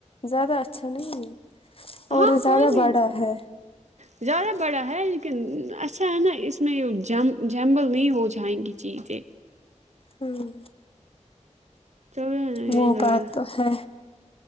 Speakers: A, on the left; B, on the right.
A: زیادہ اچھا نہیں ہے اور
B: ہاں
A: زیادہ
B: کوئی نہیں
A: بڑا ہے
B: زیادہ بڑا ہے لیکن اچھا ہے نا اس میں جم جنبل نہیں ہو جائیں گی چیزیں
A: ہوں
B: چلو نہیں
A: وہ
B: لایا۔
A: بات تو ہے